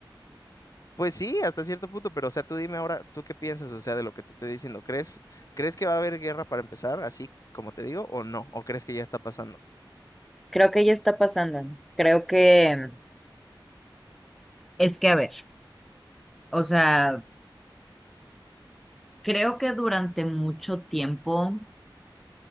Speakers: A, on the left; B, in the centre.
A: Pues sí, hasta cierto punto, pero o sea, tú dime ahora, ¿tú qué piensas, o sea, de lo que te estoy diciendo? ¿Crees, crees que va a haber guerra para empezar, así como te digo, o no? ¿O crees que ya está pasando?
B: Creo que ya está pasando. Creo que es que a ver, o sea, Creo que durante mucho tiempo